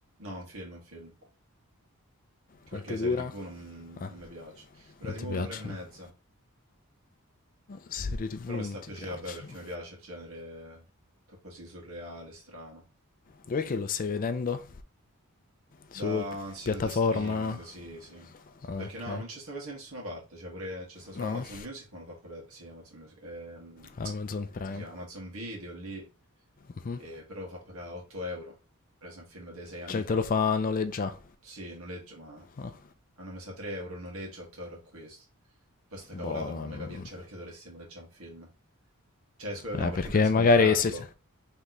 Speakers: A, on the right (about 65°); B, on the left (about 40°).
A: No, un film, un film. Che
B: Quanto
A: perché le
B: dura?
A: serie TV non,
B: Ah,
A: non mi piace. Dura
B: non
A: tipo
B: ti
A: un'ora
B: piacciono.
A: e mezza,
B: Serie TV
A: però mi
B: non
A: sta a piacere,
B: ti piacciono.
A: vabbè, perché mi piace il genere tutto così surreale, strano.
B: Dov'è che lo stai vedendo?
A: Da
B: Su p-
A: un sito
B: piattaforma?
A: di streaming, sì, sì.
B: Ah,
A: Perché
B: ok.
A: no, non c'è sta quasi da nessuna parte, cioè pure c'è sta solo
B: No,
A: Amazon Music, ma lo fa pagare, sì, Amazon Music, ehm, come
B: Amazon Prime.
A: si chiama? Amazon Video lì,
B: Mhm.
A: eh, però lo fa pagare 8 euro, per esempio un film dei 6 anni
B: Cioè
A: fa,
B: te lo fa noleggiare.
A: sì, noleggio, ma
B: Ah,
A: hanno messo a 3 euro il noleggio, 8 euro acquisto. Poi sta
B: boh.
A: cavolata non ho mai
B: mm.
A: capito, cioè perché dovresti noleggiare un film? Cioè, scusa,
B: Eh,
A: no, perché
B: perché
A: dovresti
B: magari
A: comprarlo?
B: se,